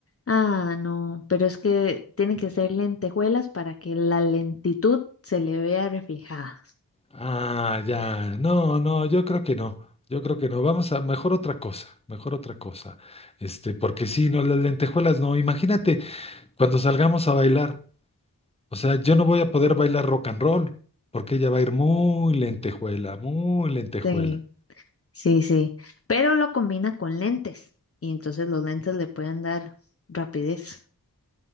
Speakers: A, on the left; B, on the left.
A: Ah, no, pero es que tienen que ser lentejuelas para que la lentitud se le vea reflejada.
B: Ah, ya. No, no, yo creo que no. Yo creo que no. Vamos a mejor otra cosa, mejor otra cosa. Este, porque sí, no, las lentejuelas no. Imagínate cuando salgamos a bailar. O sea, yo no voy a poder bailar rock and roll, porque ella va a ir muy lentejuela, muy lentejuela.
A: Sí, sí, sí. Pero lo combina con lentes y entonces los lentes le pueden dar rapidez.